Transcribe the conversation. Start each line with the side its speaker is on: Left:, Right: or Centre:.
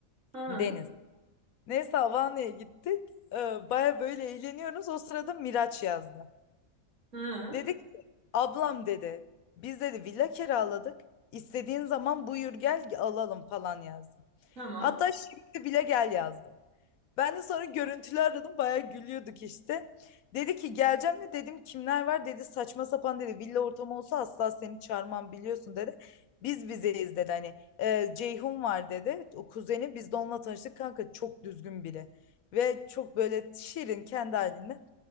Right: ha,
Left: Deniz. Neyse Havana'ya gittik. Ee, baya böyle eğleniyoruz. O sırada Miraç yazdı.
Right: ha,
Left: Dedi ki ablam dedi biz dedi villa kiraladık. İstediğin zaman buyur gel alalım falan yazdı.
Right: tamam.
Left: Hatta şimdi bile gel yazdı. Ben de sonra görüntülü aradım bayağı gülüyorduk işte. Dedi ki geleceğim mi dedim kimler var dedi saçma sapan dedi villa ortamı olsa asla seni çağırmam biliyorsun dedi. Biz bizeyiz dedi hani "Ee, Ceyhun var dedi o kuzeni biz de onunla tanıştık kanka çok düzgün biri. Ve çok böyle şirin kendi halinde.